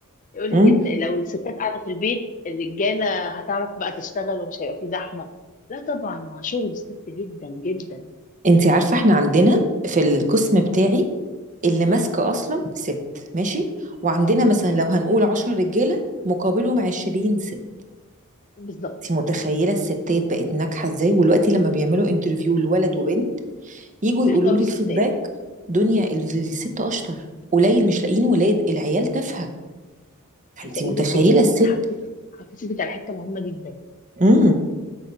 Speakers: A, on the left; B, on the right.
A: يقول لك
B: امم
A: ان لو الستات قاعده في البيت الرجاله هتعرف بقى تشتغل ومش هيبقى في زحمه لا طبعا مع شغل الست جدا جدا
B: انتي عارفه احنا عندنا في القسم بتاعي اللي ماسكه
A: اه
B: اصلا ست ماشي وعندنا
A: اه
B: مثلا لو هنقول عشر رجاله مقابلهم عشرين ست
A: بالظبط
B: انتي متخيله الستات بقت ناجحه ازاي ودلوقتي لما بيعملوا انترفيو لولد وبنت يجوا
A: بيختاروا
B: يقولوا لي
A: الستات
B: الفيدباك دنيا ال- الست اشطر قليل مش لاقيين ولاد العيال تافهه فانت
A: عايزه اقول
B: متخيله
A: لك ان انت
B: الست
A: حطيتي حطيتي ايدك على حته مهمه جدا
B: امم